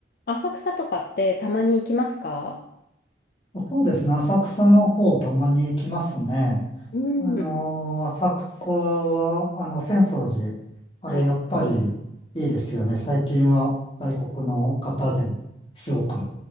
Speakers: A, on the left; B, on the left.
A: 浅草とかってたまに行きますか
B: そうですね。浅草の方、たまに行きますね。
A: うん。
B: あのー浅草は、あの、浅草寺。あれ、
A: はい。
B: やっぱりいいですよね。最近は外国の方ですごく